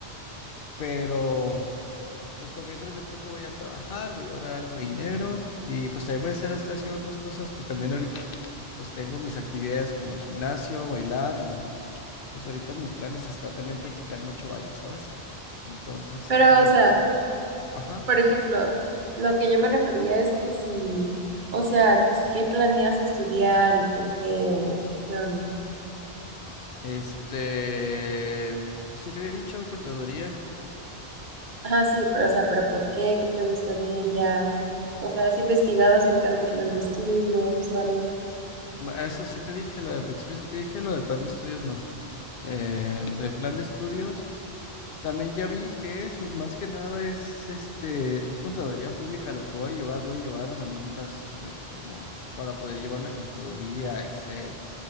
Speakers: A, on the left; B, on the right.
A: pero pues por mientras yo creo que voy a trabajar, voy a ahorrar algo de dinero y pues también voy a estar hasta haciendo otras cosas, pues también ahorita pues tengo mis actividades como el gimnasio, bailar y pues ahorita en mis planes está también practicar mucho baile, ¿sabes? Entonces,
B: Pero,
A: a las,
B: o sea,
A: cu- ajá,
B: por ejemplo, lo que yo me refería es que si, o sea, que si- ¿qué planeas estudiar y por qué o, o qué onda?
A: este, pues, sí te había dicho contaduría,
B: Ajá, sí, pero, o sea, ¿pero por qué? ¿Qué te gusta de ella? O sea, ¿has investigado acerca del plan de estudios o algo?
A: Ba- eso sí te dije, lo del principio sí te dije, lo del plan de estudios no. Eh, del plan de estudios. También ya vi que es, pues más que nada es este, es contaduría pública lo que voy a llevar, voy a llevar herramientas eh, como para poder llevar la contaduría, Excel,